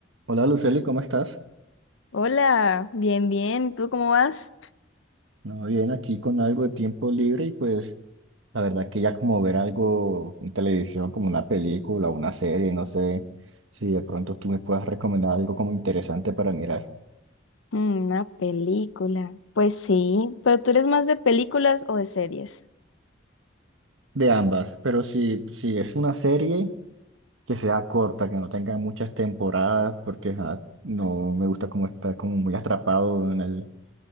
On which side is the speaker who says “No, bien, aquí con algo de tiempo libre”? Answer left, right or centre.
Right